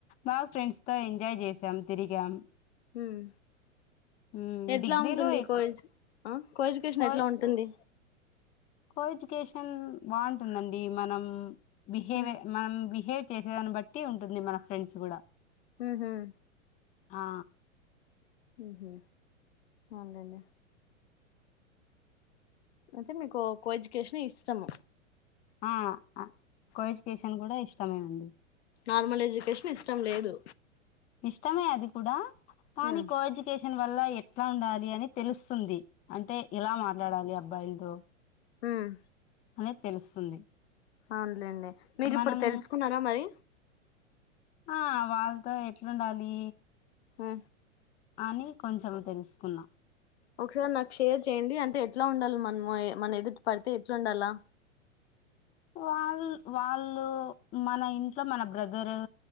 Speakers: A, on the left; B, on the left.
A: మాకు ఫ్రెండ్స్ తో ఎంజాయ్ చేసి సన్ తిరిగాం
B: ఉమ్
A: మ్మ్
B: ఎట్లా
A: డిగ్రీలో
B: ఉంటుంది
A: ఎక్కువ
B: కోజ్ కోజ్ కషన్
A: కో
B: ఎట్లా
A: ఎడ్యుకేషన్
B: ఉంటుంది
A: కో ఎడ్యుకేషన్ బాగుంటుందండి మనం బిహేవియ
B: హ్మ్
A: మనం బిహేవ చేసేదాన్ని బట్టి ఉంటుంది మన ఫ్రెండ్స్ కూడా
B: ఉమ్మ్ మ్
A: ఆ
B: ఉమ్ అవునులేండ్ అంటే మీకు కో కోఎడ్యుకేషన్ ఇష్టము
A: ఆ కోఎజుకేషన్ కూడా ఇష్టమేనండి
B: నార్మల్ ఎడ్యుకేషన్ ఇష్టం లేదు
A: ఇష్టమే అది కూడా కానీ
B: హ్మ్
A: కోఎడ్యుకేషన్ వల్ల ఎట్లా ఉండాలి అని తెలుస్తుంది అంటే ఎలా మాట్లాడాలి అబ్బాయిలతో
B: మ్మ్
A: అనే తెలుస్తుంది
B: అవునులేండి మీరిప్పుడు
A: మనం
B: తెలుసుకున్నారా మరి
A: ఆ వాళ్ళతో ఎట్లుండాలి
B: ఆ
A: అని కొంచెం తెలుసుకున్నాం
B: ఒకసారి నాకు షేర్ చేయ్యడి అంటే ఎట్లా ఉండాలి మనము మన ఎదుటి పడితే ఎట్లా ఉండాలా
A: వాళ్ళు వాళ్ళు మన ఇంట్లో మన బ్రదరు